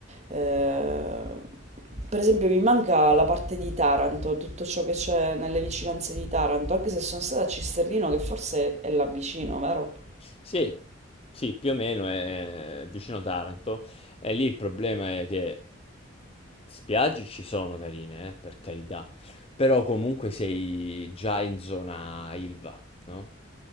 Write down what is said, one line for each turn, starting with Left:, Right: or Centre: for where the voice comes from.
Right: eh, per esempio mi manca la parte di Taranto, tutto ciò che c'è nelle vicinanze di Taranto, anche se sono stata a Cisternino, che forse è là vicino, vero?
Left: Sì, sì, più o meno è vicino Taranto. E lì il problema è che spiagge ci sono carine, eh, per carità, però comunque sei già in zona Ilva, no?